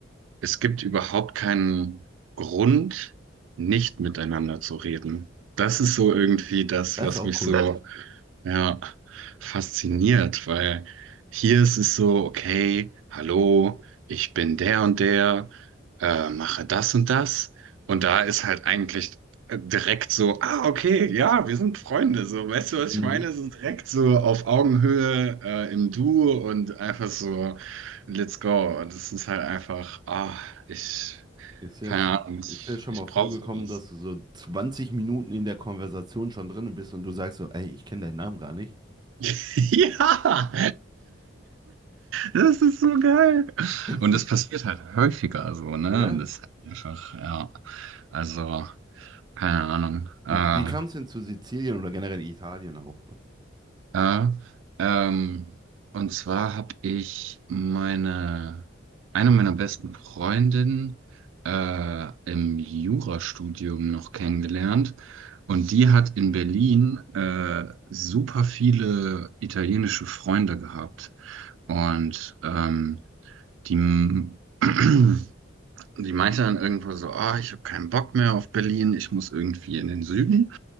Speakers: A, on the right (about 75°); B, on the right (about 20°).
A: es gibt überhaupt keinen Grund, nicht miteinander zu reden. Das ist so irgendwie das,
B: Das
A: was
B: ist auch
A: mich
B: cool.
A: so ja, fasziniert, weil hier ist es so, okay, hallo, ich bin der und der, äh, mache das und das. Und da ist halt eigentlich äh, direkt so, ah, okay, ja, wir sind Freunde, so, weißt du,
B: Mhm.
A: was ich meine? So direkt so auf Augenhöhe, äh, im Du und einfach so, let's go. Und es ist halt einfach, ah, ich,
B: Ist ja,
A: keine Ahnung, ich,
B: ist ja schon
A: ich
B: mal vorgekommen,
A: brauche sowas.
B: dass du so 20 Minuten in der Konversation schon drin bist und du sagst so, ey, ich kenne deinen Namen gar nicht.
A: <laughs> Ja! Das ist so geil.
B: <laughs>
A: Und das passiert halt häufiger so, ne?
B: Ja.
A: Und das ist halt einfach, ja. Also, keine Ahnung. Äh,
B: Wie, wie kam es denn zu Sizilien oder generell Italien auch? Ne?
A: äh, ähm, und zwar habe ich meine, eine meiner besten Freundinnen äh, im Jurastudium noch kennengelernt. Und die hat in Berlin äh, super viele italienische Freunde gehabt. Und ähm, die <clears throat> Und Die meinte dann irgendwo so, ah, ich habe keinen Bock mehr auf Berlin, ich muss irgendwie in den Süden.